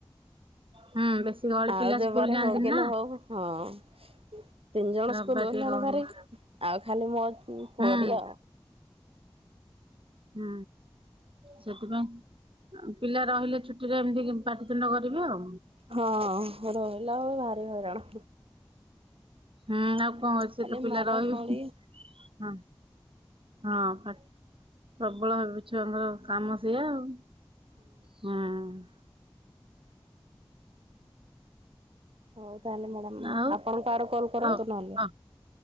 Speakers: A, on the right; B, on the right.
A: ହୁଁ ବେଶୀ ଗହଳି
B: ଆଉ
A: ପିଲା
B: ଯୋଉ
A: ସ୍କୁଲ
B: ବାରେ
A: ଯାଆନ୍ତି
B: ହଉ କି ନ
A: ନା
B: ହଉ ହଁ। ତିନି ଜଣ
A: ରବିବାର
B: ସ୍କୁଲ
A: ଟିକେ
B: ଗଲେଣି
A: ଗହଳି
B: ଭାରି,
A: ହୁଏ ଆଉ
B: ଆଉ ଖାଲି ମୋ ପୁଅଟି
A: ହୁଁ
B: ଆଉ।
A: ହୁଁ। ସେଥିପାଇଁ ଆଉ ପିଲା ରହିଲେ ଛୁ ଟିରେ ଏମତି ପାଟିତୁଣ୍ଡ କରିବେ ଆଉ।
B: ହଁ, ରହିଲା ବେଳକୁ ଭାରି ହଇରାଣ।
A: ହୁଁ ଆଉ କଣ ଅଛି, ସେତ
B: ଖାଲି
A: ପିଲା
B: ମାଡ଼
A: ରହିବେ।
B: କଳି।
A: ହଁ। ହଁ, ପାଟ ପ୍ରବଳ ଭାବ ଛୁଆଙ୍କର କାମ ସେଇଆ ଆଉ।
B: ହୁଁ
A: ହୁଁ
B: ହଉ ତାହେଲେ ମ୍ୟାଡ଼ାମ,
A: ଆଉ
B: ଆପଣଙ୍କୁ ଆଡୁ କଲ୍ କରନ୍ତୁ
A: ହଉ
B: ନହେଲେ।
A: ହଁ